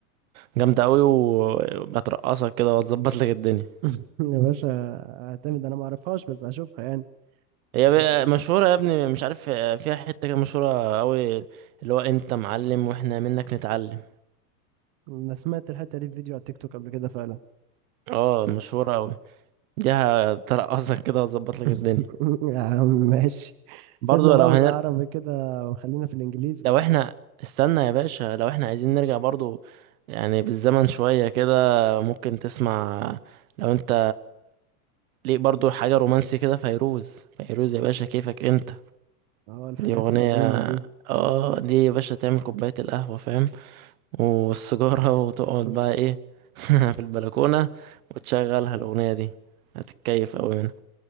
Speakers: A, on the right; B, on the right.
A: جامده قوي وبترقصك كده وتظبط لك الدنيا
B: <laughs> يا باشا اعتمد انا ما اعرفهاش بس هشوفها يعني
A: هي بقى
B: طيب
A: مشهوره يا ابني مش عارف آه، فيها حته كده مشهوره قوي اللي هو انت معلم واحنا منك نتعلم
B: انا سمعت الحته دي في فيديو على التيك توك قبل كده فعلا
A: اه مشهوره قوي دي هترقصك كده وتظبط لك
B: <laughs>
A: الدنيا
B: يا عم ماشي سيبنا
A: برضو
B: بقى
A: لو هنرجع
B: من العربي كده وخلينا في الانجليزي
A: لو احنا استنى يا باشا لو احنا عايزين نرجع برضو يعني بالزمن شوية كده ممكن تسمع لو انت ليك برضو حاجة رومانسي كده فيروز فيروز يا باشا كيفك انت
B: اه الحاجات
A: دي اغنية
B: القديمة دي
A: اه دي يا باشا تعمل كوباية القهوة فاهم والسيجارة <laughs> وتقعد
B: <laughs>
A: بقى ايه <laughs> في البلكونة وتشغلها الاغنية دي هتتكيف اوي منها